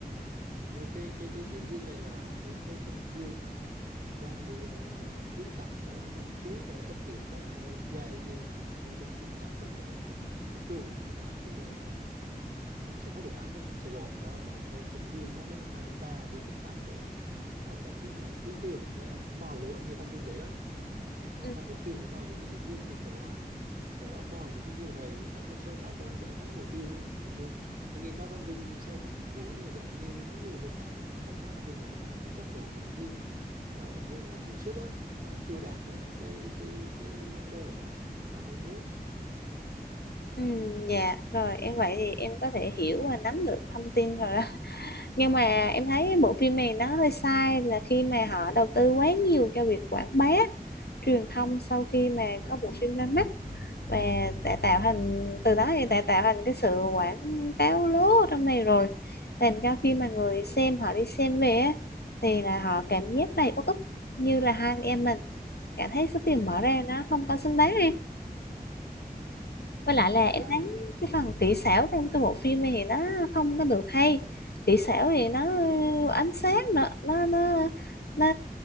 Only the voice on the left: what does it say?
Ừ,
ừ, dạ rồi em vậy thì em có thể hiểu và nắm được thông tin rồi đó <laughs> nhưng mà em thấy cái bộ phim
này nó hơi sai là khi mà họ đầu tư quá nhiều cho việc quảng bá truyền thông sau khi mà
có bộ phim ra mắt và đã tạo thành từ đó thì đã tạo thành cái sự quảng cáo lố ở trong này rồi làm cho khi mà người xem họ đi xem về á, thì là họ cảm
giác
đầy uất ức như là hai anh em mình cảm thấy số tiền
bỏ
ra nó không có xứng đáng
với lại là
em thấy cái phần kỹ xảo trong cái bộ phim này thì nó không có được hay kỹ xảo thì nó
ánh sáng nữa nó nó nó